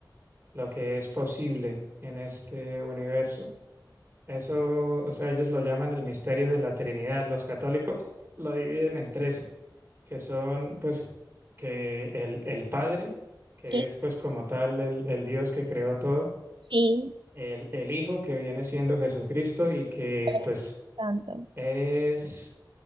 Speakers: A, on the right; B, on the right.
A: lo que es posible en este universo. Eso, o sea, ellos lo llaman el misterio de la Trinidad. Los católicos lo dividen en tres. que son pues que el, el Padre, que
B: Sí,
A: es pues como tal el, el Dios que creó todo,
B: sí,
A: el, el Hijo que viene siendo Jesucristo y que
B: Espíritu
A: pues
B: Santo.
A: es,